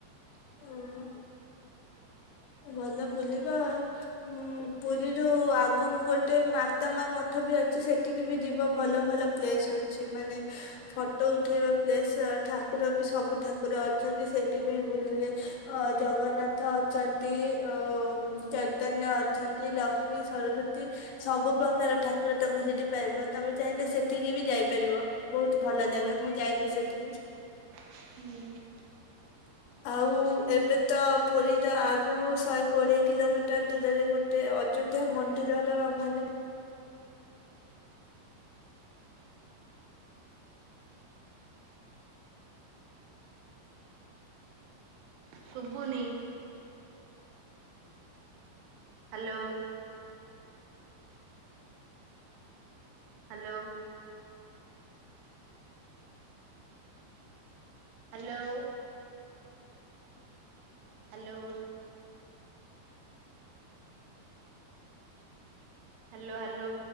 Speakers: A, on the right (about 80°); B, on the left (about 80°).
A: <unintelligible>
B: ଓହୋ ଭଲ ବୁଲିବା ଆଉ। ହୁଁ ପୁରୀରୁ ଆଗୁକୁ ଗୋଟେ ମାତା ମା ମଠ ବି ଅଛି ସେଠିକି ବି ଯିବ ଭଲ ଭଲ ପ୍ଲେସ୍ ଅଛି ମାନେ ଫଟୋ ଉଠେଇବା ପ୍ଲେସ ଠାକୁର ବି ସବୁ ଠାକୁର ଅଛନ୍ତି। ସେଇଠି ବି ବୁଲିଲେ ଅ ଜଗନ୍ନାଥ ଅଛନ୍ତି। ଅ ଚୈତନ୍ୟ ଅଛନ୍ତି ଲ କ୍ଷ୍ମୀ ସରସ୍ଵତୀ ସବୁ ପ୍ରକାର ଠାକୁର ତମେ ସେଠି ପାଇବ ତମେ ଚାହିଁଲେ ସେଠିକି ବି ଯାଇପାରିବ। ବହୁତ ଭଲ
A: ଓହୋ
B: ଜାଗା ମୁଁ ଯାଇଛି ସେଠିକି।
A: ହୁଁ।
B: ଆଉ ଏବେ ତ ପୁରୀର ଆଗୁକୁ ଶହେ କୋଡିଏ କିଲୋମିଟର ଦୂରରେ ଗୋ ଟେ ଅଯୋଧ୍ୟା ମନ୍ଦିରର ମାନେ
A: ଶୁବୁନି? Hello. Hello. Hello. Hello. Hello hello.